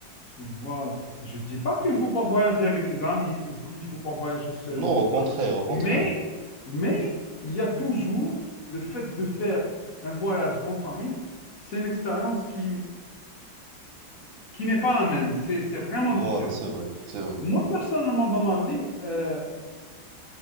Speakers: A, on the left; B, on the right.
A: voilà. Je ne dis pas qu'il ne faut pas voyager avec les amis ou qu'il ne faut pas voyager seul
B: Non,
A: et tout
B: au contraire,
A: ça.
B: au contraire.
A: Mais, mais, il y a toujours le fait de faire un voyage en famille. C'est une expérience qui qui n'est pas la même. C'est, c'est vraiment
B: Voilà,
A: différent.
B: c'est vrai, c'est vrai.
A: Moi, personnellement, dans ma vie, euh,